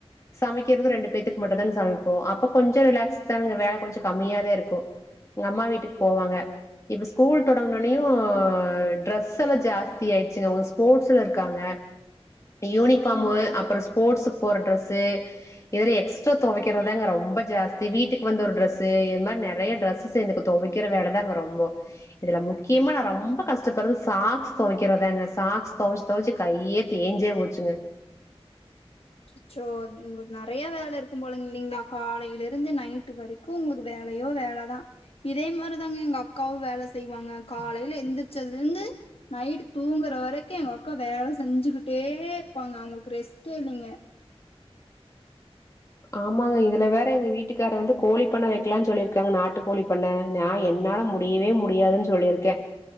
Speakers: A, on the left (about 30°); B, on the left (about 65°).
A: சமைக்கிறது ரெண்டு பேத்துக் மட்டுந்தாங்க சமைப்போ அப்ப கொஞ்சோ ரிலாக்ஸ்தான்ங்க வேல கொஞ்சோ கம்மியாதா இருக்கு எங்கம்மா வீட்டுக் போவாங்க இப்போ ஸ்கூல் தொடங்னோனியு ட்ரெஸ் எல்லா ஜாஸ்தி ஆயிட் ச்சிங்க அவுங்க ஸ்போர்ட்ஸ்ல இருக்காங்க யூனிஃபார்மு அப்றம் ஸ்போர்ட்ஸுக்கு போட்ற ட்ரெஸ்சு இதுல எக்ஸ்ட்ரா தொவைக்கிறதாங்க ரொம்ப ஜாஸ்தி வீட்டுக்கு வந்து ஒரு ட்ரெஸ்சு இது மாரி நெறைய ட்ரெஸ் சு எனக்கு தொவைக்கிற வேலதாங்க ரொம்போ இதுல முக்கியமா நா ரொம்ப கஷ்டப்படுறது சாக்ஸ் தொவைக்கறதாங்க சாக்ஸ் தொவச்சு தொவச்சு கையே தேஞ்சே போச்சிங்க
B: ச்சச்சோ உங்ளுக்கு நெறையா வேல இருக்கும் போலங்க இல்லைங்களா காலையில இருந்து நைட்டு வரி க்கும் உங்ளுக்கு வேலையோ வேல தா இதே மாரிதாங்க எங்க அக்காவும் வேல செய்வாங்க காலைய்ல எந்திரிச்சதுல இருந்து நைட் தூங்குற வரைக்கு எங்க அக்கா வேலை செஞ்சுகிட்டே இருப்பாங்க அவங்ளுக்கு ரெஸ்டே இல்லங்க
A: ஆமாங்க இதுல வேற எங்க வீட்டுக்கார வந்து கோழி பண்ண வைக்கலானு சொல்லிருக்காங்க நாட்டு கோழி பண்ண நா என்னால முடியவே முடியாதுன்னு சொல்லியிருக்கே